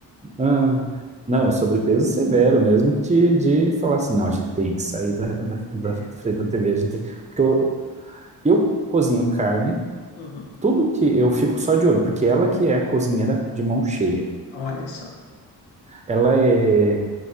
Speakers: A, on the right (about 15°); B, on the left (about 80°).
A: Ah, não, sobrepeso severo mesmo que de, de falar assim, não, a gente tem que sair da, da, da
B: É.
A: frente da TV, a gente tem... Porque eu, eu cozinho carne,
B: Uhum.
A: tudo que eu fico só de olho, porque ela que é a cozinheira de mão cheia.
B: Olha só.
A: Ela é,